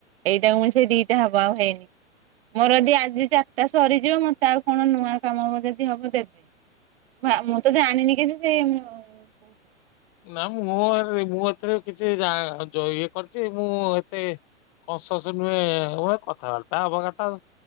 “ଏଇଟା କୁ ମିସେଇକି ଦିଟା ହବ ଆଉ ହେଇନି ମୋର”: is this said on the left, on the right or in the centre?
Right